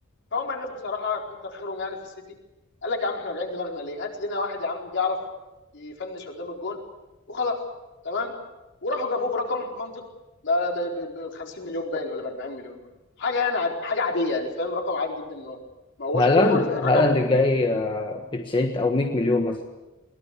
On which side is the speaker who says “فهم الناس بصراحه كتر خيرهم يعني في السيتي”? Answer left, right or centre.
Left